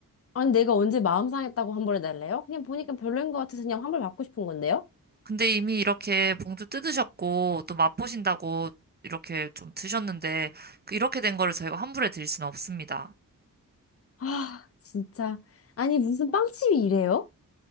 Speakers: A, on the left; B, on the right.
A: 아니, 내가 언제 마음 상했다고 환불해달래요? 그냥 보니까 별로인 것 같아서 그냥 환불 받고 싶은 건데요?
B: 근데 이미 이렇게 봉투 뜯으셨고, 또 맛보신다고 이렇게 좀 드셨는데, 그 이렇게 된 거를 저희가 환불해드릴 수는 없습니다.
A: 아, 진짜. 아니, 무슨 빵집이 이래요?